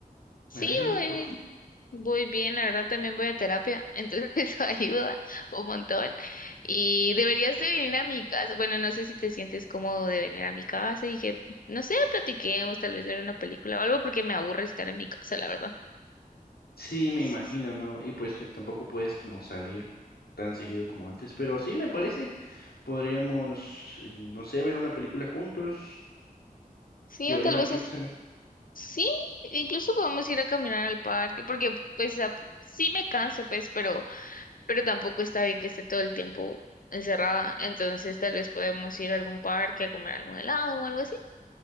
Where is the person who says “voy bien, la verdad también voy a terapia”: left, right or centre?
Left